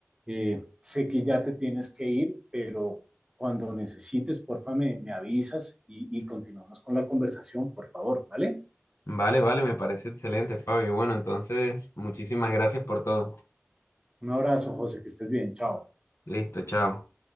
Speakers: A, on the right; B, on the left.
A: Eh, sé que ya te tienes que ir, pero cuando necesites, porfa, me, me avisas y, y continuamos con la conversación, por favor, ¿vale?
B: Vale, vale, me parece excelente, Fabio. Bueno, entonces, muchísimas gracias por todo.
A: Un abrazo, José, que estés bien, chao.
B: Listo, chao.